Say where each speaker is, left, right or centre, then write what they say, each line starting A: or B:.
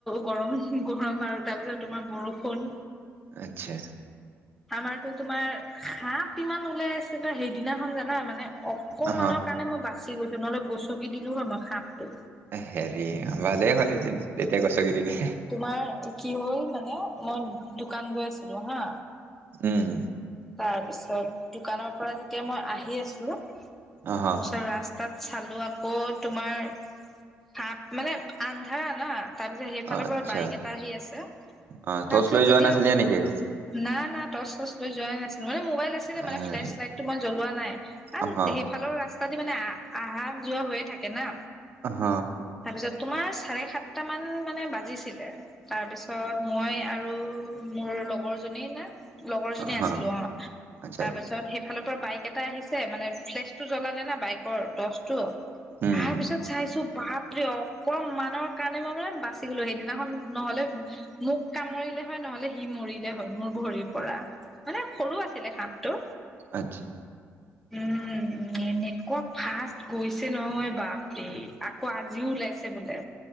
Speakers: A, in the centre; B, on the right.
A: গৰম-গৰম আৰু তাৰপিছত তোমাৰ বৰষুণ।
B: আচ্ছা
A: আমাৰতো তোমাৰ সাপ ইমান ওলাই আছে, সেইদিনাখন জানা মানে অকমানৰ
B: অ
A: কাৰণে মই বাচি গৈছো। নহলে, গচকি দিলো হয় মই সাপ টো।
B: হে ভালেই হ'ল এতিয়া, তেতিয়া গছকি দিলে।
A: তোমাৰ কি হ'ল মানে মই দোকান গৈ আছিলো হা।
B: উম।
A: তাৰপিছত, দোকানৰ পৰা যেতিয়া মই আহি আছোঁ।
B: অহ
A: তাছ ৰাস্তাত চালো আকৌ তোমাৰ, সাপ। মানে, আন্ধাৰ না তাৰপিছত সেইফালৰ
B: আচ্ছা
A: পৰা বাইক এটা আহি আছে,
B: অ
A: তাৰ
B: টৰ্চ
A: পিছত
B: লৈ যোৱা
A: যেতিয়া,
B: নাছিলি নেকি আকৌ
A: না-না টচ চছ <unintelligible> যোৱা নাছিলোঁ। মানে মোবাইল আছিলে।
B: হেৰি
A: মানে ফ্লেছ লাইটটো মই জ্বলোৱা নাই আৰু
B: অহ
A: সেইফালৰ ৰাস্তা দি মানে আহ, আহা যোৱা হৈয়ে থাকে না।
B: অহ
A: তাৰপিছত, তোমাৰ চাৰে সাতটা মান মানে বাজিছিল। তাৰপিছত মই আৰু মোৰ লগৰ জনী নে লগৰ জনী
B: অহ
A: আছিলো অ'
B: আচ্ছা
A: তাৰপিছত সেই ইফালটৰ বাইক এটা আহিছে মানে ফ্লেছ টো জ্বলালে না বাইকৰ, টৰ্চটো।
B: উম
A: তাৰপিছত চাইছো পঢ়া দিয়ক। অকণমানৰ কাৰণে মই মানে বাচি গ'লোঁ, সেইদিনাখন নহ'লে মোক কামৰিলে হয় নহলে সি মৰিলে হয় মোৰ ভৰিৰ পৰা, মানে সৰু আছিলে সাপটো।
B: আচ্ছা।
A: উম এনেকুৱা ফাষ্ট গৈছে নহয় বাপৰে আকৌ আ আজিউ লাইছে বোলে।